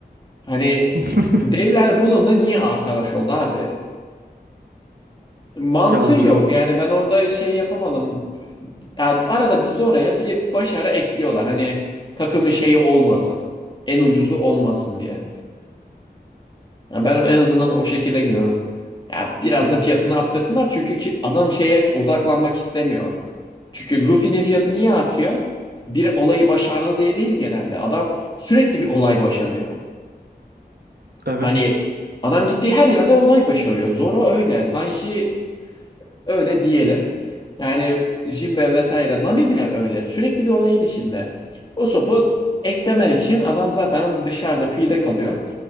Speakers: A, on the left; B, on the right.
A: Hani
B: <laughs>
A: devler bununla niye arkadaş oldu abi? Mantığı
B: Ya hocam
A: yok. Yani ben orada şey yapamadım. Yani arada bir oraya bir başarı ekliyorlar. Hani takımın şeyi olmasın. En ucuzu olmasın diye. Yani ben en azından o şekilde görüyorum. Ya biraz
B: yani
A: da fiyatını arttırsınlar çünkü ki adam şeye odaklanmak istemiyor. Çünkü Luffy'nin fiyatı niye artıyor? Bir olayı başardı diye değil genelde. Adam sürekli bir olay başarıyor.
B: evet.
A: Hani adam gittiği her yerde olay başarıyor. Zoro öyle. Sanji Öyle diyelim. Yani Jinbe vesaire Nami bile öyle. Sürekli bir olayın içinde. o sopu eklemen için adam zaten dışarıda kıyıda kalıyor.